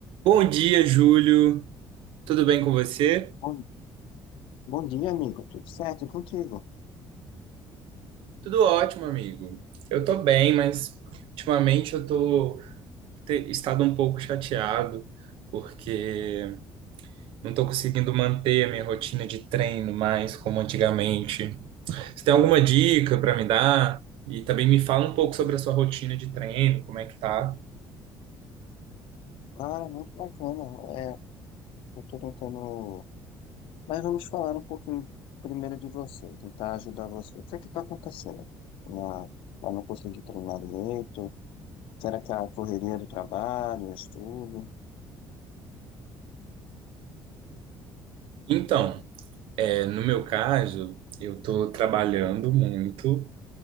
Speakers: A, on the right; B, on the left.
A: Bom dia, Júlio. Tudo bem com você?
B: Bom, bom dia, amigo. Tudo certo e contigo?
A: Tudo ótimo, amigo. Eu tô bem, mas ultimamente eu tô te- estado um pouco chateado porque não tô conseguindo manter a minha rotina de treino mais como antigamente. Você tem alguma dica para me dar? E também me fala um pouco sobre a sua rotina de treino, como é que tá?
B: Cara, muito bacana. É, eu tô tentando. Mas vamos falar um pouquinho primeiro de você, tentar ajudar você. O que é que tá acontecendo? Na, eu não consegui treinar direito? Será que é a correria do trabalho, estudo?
A: Então, é, no meu caso, eu tô trabalhando muito,